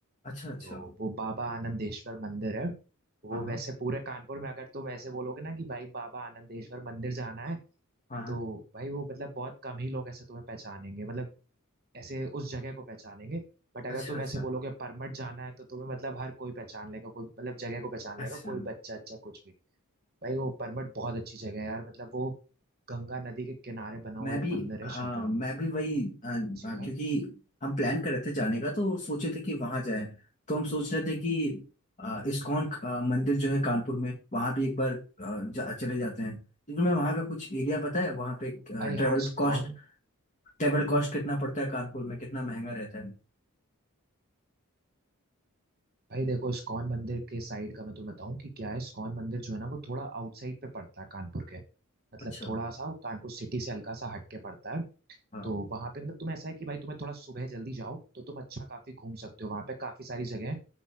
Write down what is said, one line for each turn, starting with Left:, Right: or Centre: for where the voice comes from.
Left: अच्छा अच्छा
Right: तो वो बाबा आनंदेश्वर मंदिर है वो
Left: हाँ हाँ
Right: वैसे पूरे कानपुर में अगर तुम ऐसे बोलोगे ना कि भाई बाबा आनंदेश्वर मंदिर जाना है
Left: हाँ हाँ,
Right: तो भाई वो मतलब बहुत कम ही लोग ऐसे तुम्हें पहचानेंगे मतलब ऐसे उस जगह को पहचानेंगे बट अगर
Left: अच्छा
Right: तुम
Left: अच्छा
Right: ऐसे बोलोगे परमठ जाना है तो तुम्हें मतलब हर कोई पहचान लेगा कोई मतलब जगह को पहचान
Left: अच्छा
Right: लेगा कोई बच्चा अच्छा कुछ भी भाई वो परमठ बहुत अच्छी जगह है यार मतलब वो गंगा नदी के किनारे बना हुआ
Left: मैं
Right: एक
Left: भी
Right: मंदिर है
Left: हाँ
Right: शंकर
Left: मैं भी वही अ, अ,
Right: जी का
Left: क्योंकि हम प्लान कर रहे थे जाने का तो सोचे थे कि वहां जाएं तो हम सोच रहे थे कि अ, इस्कॉन अ, मंदिर जो है कानपुर में वहां भी एक बार अ, जा, चले जाते हैं तो तुम्हें वहां का कुछ एरिया पता है वहां पे ट्रेवल
Right: भाई हाँ इस्कॉन
Left: कॉस्ट ट्रेवल कॉस्ट कितना पड़ता है कानपुर में कितना महंगा रहता है
Right: भाई देखो इस्कॉन मंदिर के साइड का मैं तुम्हें बताऊं कि क्या है इस्कॉन मंदिर जो है ना वो थोड़ा आउटसाइड पे पड़ता है कानपुर के मतलब
Left: अच्छा
Right: थोड़ा सा कानपुर सिटी से हल्का सा हट के पड़ता है
Left: हाँ
Right: तो वहां पे मतलब तुम ऐसा है कि भाई तुम्हें थोड़ा सुबह जल्दी जाओ तो तुम अच्छा काफी घूम सकते हो वहां पे काफी सारी जगह है